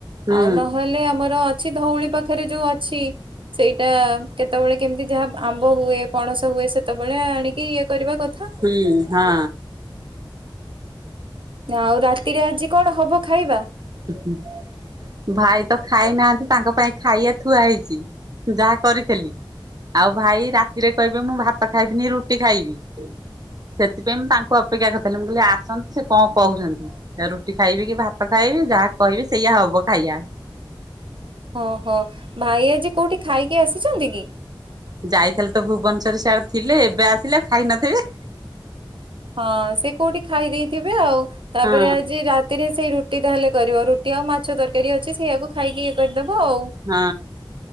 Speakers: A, on the right; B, on the right.
A: ହୁଁ
B: ଆଉ ନହେଲେ ଆମର ଅଛି ଧଉଳି ପାଖରେ ଯୋଉ ଅଛି ସେଇଟା କେତେବେଳେ କେମିତି ଯାହା ଆମ୍ବ ହୁଏ ପଣସ ହୁଏ ସେତେବେଳେ ଆଣିକି ଇଏ କରିବା କ
A: ହୁଁ ହଁ।
B: ଆଉ ରାତିରେ ଆଜି କଣ ହବ ଖାଇବା?
A: <inaudible> ଭାଇ ତ ଖାଇ ନାହାନ୍ତି ତାଙ୍କ ପାଇଁ ଖାଇଆ ଥୁଆ ହେଇଚି ଯାହା କରିଥିଲି। ଆଉ ଭାଇ ରାତିରେ କହିବେ ମୁଁ ଭାତ ଖାଇବିନି ରୁଟି ଖାଇବି। ସେଥିପାଇଁ ମୁଁ ତାଙ୍କୁ ଅପେକ୍ଷା କରିଥିଲି ମୁଁ କହିଲି ଆସନ୍ତୁ ସେ କଣ କହୁଚନ୍ତି। ରୁଟି ଖାଇବେ କି ଭାତ ଖାଇବେ ଯାହା କହିବେ ସେଇଆ ହବ ଖାଇଆ।
B: ହଁ ହୋ ଭାଇ ଆଜି କୋଉଠି ଖାଇକି ଆସିଛନ୍ତି କି?
A: ଯାଇଥିଲେ ତ ଭୁବନେଶ୍ୱରରେ ସିଆଡେ ଥିଲେ ଏବେ ଆସିଲେ ଖାଇ ନଥିବେ?
B: ହଁ ସେ କୋଉଠି ଖାଇ ଦେଇଥିବେ ଆଉ ତାପରେ
A: ହଁ
B: ଆଜି ରାତିରେ ସେଇ ରୁଟି ରୁଟି ତାହେଲେ କରିବ ରୁଟି ଆଉ ମାଛ ତରକାରୀ ଅଛି ସେଇଆକୁ ଖାଇକି ଇଏ କରିଦବ ଆଉ।
A: ହଁ।